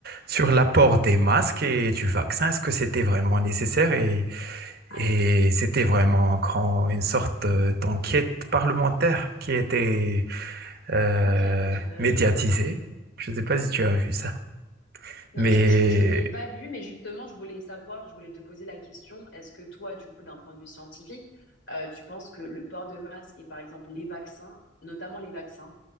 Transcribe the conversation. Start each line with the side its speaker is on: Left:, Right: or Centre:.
Right: sur
Left: Oui.
Right: l'apport des masques et du vaccin. Est-ce que c'était vraiment nécessaire? Et,
Left: Ah
Right: et
Left: oui.
Right: c'était vraiment grand, une sorte euh, d'enquête parlementaire qui était euh,
Left: Ok, non, j'ai pas
Right: médiatisée.
Left: vu.
Right: Je ne sais pas si tu as vu ça.
Left: Non,
Right: Mais...
Left: je, je- je ne l'ai pas vu, mais justement, je voulais savoir, je voulais te poser la question, est-ce que toi, du coup, d'un point de vue scientifique, euh, tu penses que le port de masque et par exemple les vaccins, notamment les vaccins,